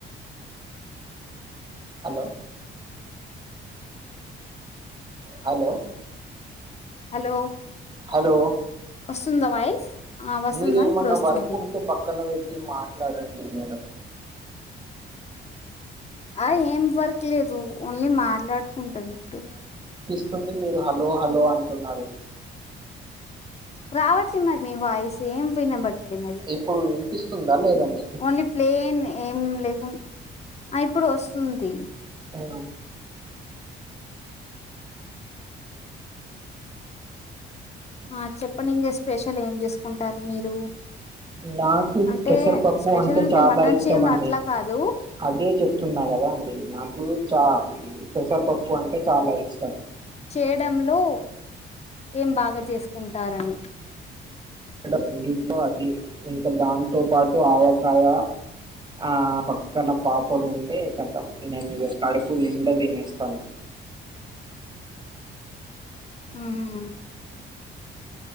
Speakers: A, on the right (about 25°); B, on the left (about 30°).
A: హలో హలో
B: హలో
A: హలో
B: వస్తుందా వాయిస్ ఆ వస్తుందా
A: మీరు ఎమన్నా
B: ఇప్పుడు వస్తుంది
A: వర్క్ ఉంటే పక్కన పెట్టి మాట్లాడండి మేడం
B: ఆ ఏం వర్క్ లేదు ఓన్లీ మాట్లాడుకుంటాను ఇప్పుడు
A: వస్తుంది మీరు హలో హలో అంటున్నారు
B: రావట్లే మరి మీ వాయిస్ ఏం వినంబ మరి
A: ఇప్పుడు వినిపిస్తుందా లేదా మీకు
B: ఓన్లీ ప్లేన్ ఏం లేకు ఇప్పుడు వస్తుంది
A: అ
B: ఆ చెప్పండి ఇంక స్పెషల్ ఏం చేసుకుంటారు మీరు
A: నాకు
B: అంటే
A: పెసరపప్పు
B: స్పెషల్
A: అంటే చాలా
B: మటన్
A: ఇష్టం
B: చికెన్
A: అండి
B: అట్లా కాదు
A: అదే చెప్తున్నా కదా అండి నాకు చా పెసరపప్పు అంటే చాలా ఇష్టం
B: చేయడంలో ఏం బాగా చేసుకుంటారని
A: రెండిట్లో అది ఇంకా దాంతో పాటు ఆవకాయ ఆ పక్కన పాపడు ఉంటే కతం నేను ఇగ కడుపు నిండా తినేస్ పని
B: ఉహు